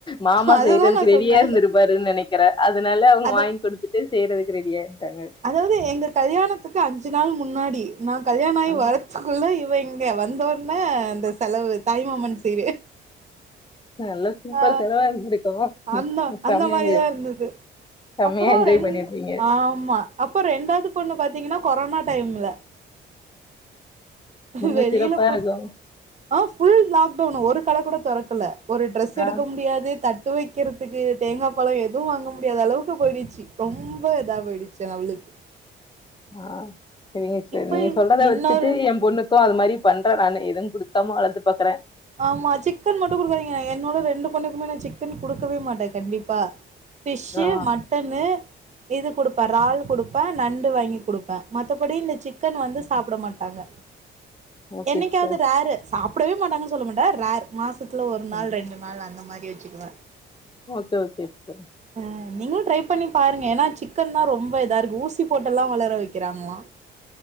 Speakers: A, on the left; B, on the right.
A: மாமா
B: அததா
A: செய்யறதுக்கு
B: நா
A: ரெடியா
B: சொன்னே
A: இருந்திருப்பாருனு நெனைக்கிறே அதனால அவுங்க
B: அத
A: வாங்கி குடுத்து ட்டு செய்யறதுக்கு ரெடியா இருன்ட்டாங்க
B: அதாவது எங்க கல்யாணத்துக்கு அஞ்சு நாள் முன்னாடி நா கல்யாண ஆகி
A: ஆ
B: வரத் துகுள்ள இவ இங்க வந்தோட்னே ந்த செலவு தாய்மாமன் சீரு
A: நல்லா சூப்பர்
B: ஆ
A: செலவா இருந்திருக்கும்.
B: அந்த அந்த
A: செமையா
B: மாரிதா
A: என்ஜாய்
B: இருந்தது
A: செமையா
B: அப்பறோ
A: என்ஜாய்
B: ரெண்
A: பண்ணியிருப்பீங்க.
B: ஆமா அப்போ ரெண்டாவது பொண்ணு பாத்தீங்னா கொரோனா டைம்ல
A: இன்னும்
B: வெளிலப்
A: சிறப்பா
B: போ
A: இருக்கும்.
B: ஆ ஃபுல் லாக்டவுனு ஒரு கட கூட தொறக்கல ஒரு ட்ரெஸ்
A: ஆ
B: எடுக்க முடியாது தட்டு வெக்குறதுக்கு தேங்கா பழோ எது வாங்க முடியாத அளவுக்கு போயிடுச்சு ரொம்ப இதா போயிடுச்சு அவளுக்
A: ஆ சரிங்க சிஸ்டர்
B: இப்ப
A: நீங்க சொல்றத
B: இன்னொரு
A: வச்சிட்டு எம்பொண்ணுக் கு அது மாரி பண்ற நானு எது குடுக்காம வளத்து பாக்றே
B: ஆம்மா சிக்கன் மட்டு குடுக்காதீங்க என்னோட ரெண்டு பொண்ணுக்குமே நா சிக்கன் குடுக்கவே மாட்டே கண்டிப்பா ஃபிஷ்ஷு
A: ஆ.
B: மட்டனு இது குடுப்பே றால் குடுப்ப நண்டு வாங்கி குடுப்ப மத்தபடி இந்த சிக்கன் வந்து சாப்ட மாட்டாங்க
A: ஓகே
B: என்னைக்காவது
A: சிஸ்டர்.
B: ரேரு சாப்டவே மாட்டாங்கன் சொல்ல மாட்டே ரேர் மாச த்துல ஒரு நாள்
A: ஆ.
B: ரெண்டு நாள் அந்த மாரி வச்சுக்குவே
A: ஓக்கே ஓக்கே சிஸ்டர்
B: ஆ நீங்களு ட்ரை பண்ணி பாருங்க ஏனா சிக்கன்தா இருக்கு ஊசி போட்டல்லா வளர வெக்குறாங்ளா